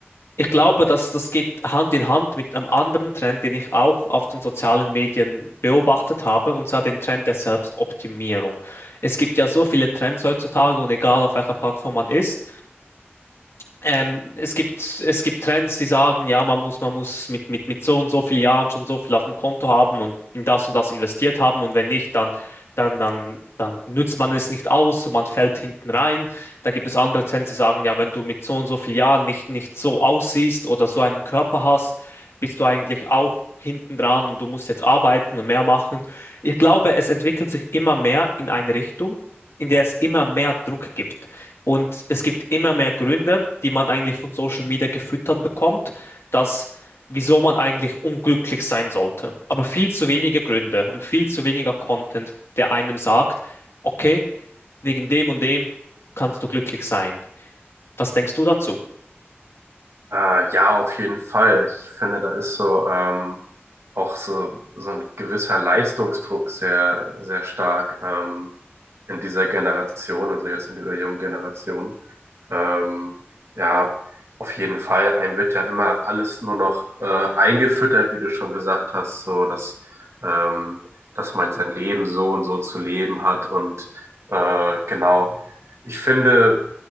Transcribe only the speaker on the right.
Äh, ja, auf jeden Fall. Ich finde, da ist so ähm, auch so, so ein gewisser Leistungsdruck sehr, sehr stark ähm, in dieser Generation, also jetzt in dieser jungen Generation. Ähm, ja, auf jeden Fall. Einem wird ja immer alles nur noch äh, eingefüttert, wie du schon gesagt hast, so dass, ähm, dass man sein Leben so und so zu leben hat und äh, genau. Ich finde,